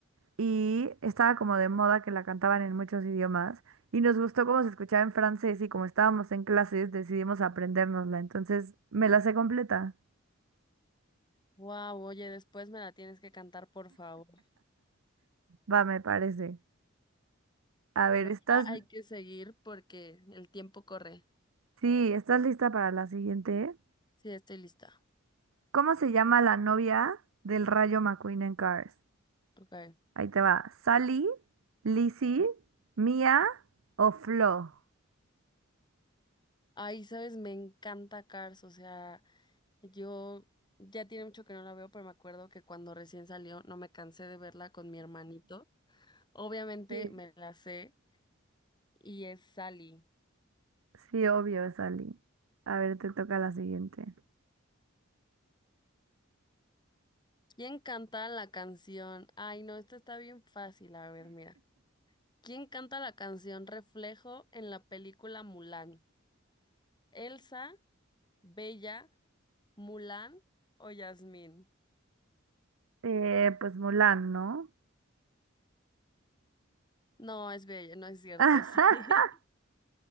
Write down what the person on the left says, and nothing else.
Wow, oye, después me la tienes que cantar, por favor.
Pero
ya
hay que seguir porque el tiempo corre.
Sí, estoy lista.
Ok.
Ay, sabes, me encanta Cars, o sea, yo ya tiene mucho que no la veo, pero me acuerdo que cuando recién salió no me cansé de verla con mi hermanito. Obviamente
me la sé y es Sally.
¿Quién canta la canción? Ay, no, esta está bien fácil. A ver, mira. ¿Quién canta la canción Reflejo en la película Mulan? ¿Elsa, Bella, Mulan o Yasmín?
No, es Bella, no es cierto,
sí. <laughs>